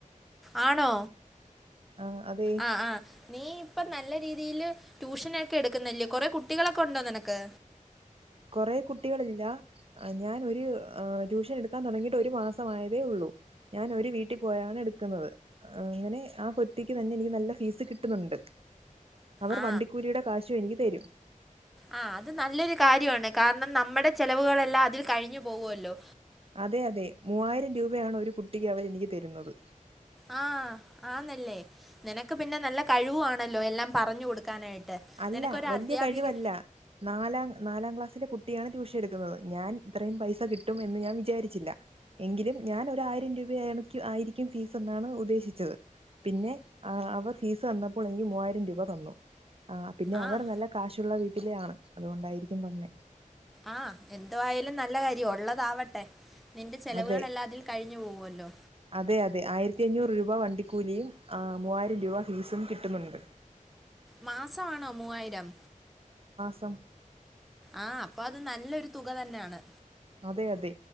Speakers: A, in the centre; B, on the right.
A: ആണോ
B: ആഹ് അതെ
A: ആ ആ നീ ഇപ്പോ നല്ല രീതിയില് ട്യൂഷനൊക്കെ എടുക്കുന്നല്ലേ കൊറെ കുട്ടികളൊക്കെ ഉണ്ടോ നിനക്ക്
B: കുറെ കുട്ടികളില്ല ഞാനൊരു ട്യൂഷൻ എടുക്കാൻ തുടങ്ങിയിട്ട് ഒരു മാസമായതേയുള്ളൂ ഞാൻ ഒരു വീട്ടിൽ പോയാണ് എടുക്കുന്നത് അങ്ങനെ ആ കുട്ടിക്ക് തന്നെ എനിക്ക് നല്ല ഫീസ് കിട്ടുന്നുണ്ട് അവർ
A: ആ
B: വണ്ടിക്കൂലിയുടെ കാശും എനിക്ക് തരും
A: ആ അത് നല്ലൊരു കാര്യമാണ് കാരണം നമ്മുടെ ചെലവുകളെല്ലാം അതിൽ കഴിഞ്ഞു പോവുവല്ലോ
B: അതെ അതെ മൂവായിരം രൂപയാണ് ഒരു കുട്ടിക്ക് അവരെ എനിക്ക് തരുന്നത്
A: ആ ആന്നല്ലേ നിനക്ക് പിന്നെ നല്ല കഴിവു ആണല്ലോ എല്ലാം പറഞ്ഞു കൊടുക്കാനായിട്ട്
B: അല്ല
A: നിനക്കൊരു
B: വലിയ
A: അധ്യാപിക
B: കഴിവല്ല നാലാം നാലാം ക്ലാസ്സിലെ കുട്ടിയാണ് ട്യൂഷൻ. എടുക്കുന്നത് ഞാൻ ഇത്രയും പൈസ കിട്ടും എന്ന് ഞാൻ വിചാരിച്ചില്ല എങ്കിലും ഞാൻ ഒരു ആയിരം രൂപ ആയിരിക്കും ഫീസ് എന്നാണ് ഉദ്ദേശിച്ചത് പിന്നെ അവർ ഫീസ് തന്നപ്പോൾ എനിക്ക് മൂവായിരം രൂപ തന്നു ആ പിന്നെ
A: ആഹ്
B: അവർ നല്ല കാശുള്ള വീട്ട വീട്ടിലെ ആണ് അതുകൊണ്ടായിരിക്കും തന്നെ
A: ആ എന്ത് ആയാലും നല്ല കാര്യമാ ഉള്ളതാവട്ടെ. നിന്റെ ചെലവുകളെല്ലാം
B: അതെ
A: അതിൽ കഴിഞ്ഞു പോവുവല്ലോ
B: അതെ അതെ ആയിരത്തി അഞ്ഞൂറ് രൂപ ര വണ്ടിക്കൂലിയും മൂവായിരം രൂപ ഫീസും കിട്ടുന്നുണ്ട്
A: മാസമാണോ മൂവായിരം
B: സ
A: ആഹ് അപ്പൊ അത് നല്ലൊരു തുക തന്നെയാണ്
B: അതെ അതെ